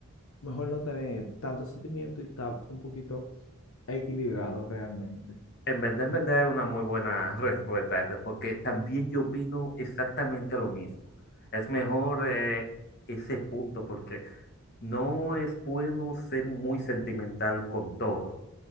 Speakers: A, on the left; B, on the left.
A: mejor no tener tanto sentimiento y estar un poquito equilibrado realmente.
B: En verdad, en verdad es una muy buena <laughs> respuesta esa, porque también yo opino exactamente lo mismo. Es mejor eh, ese punto porque no es bueno ser muy sentimental con todo.